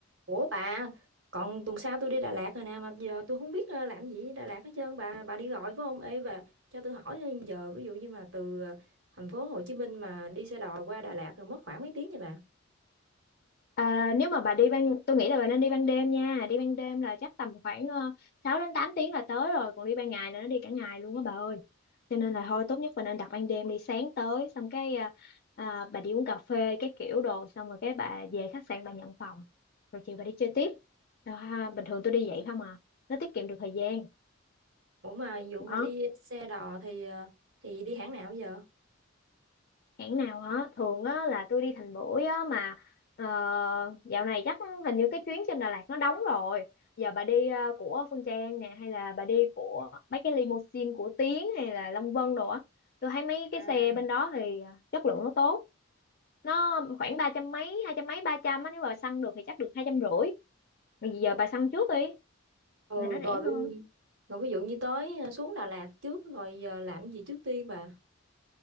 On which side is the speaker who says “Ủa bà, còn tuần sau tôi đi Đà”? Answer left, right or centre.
Right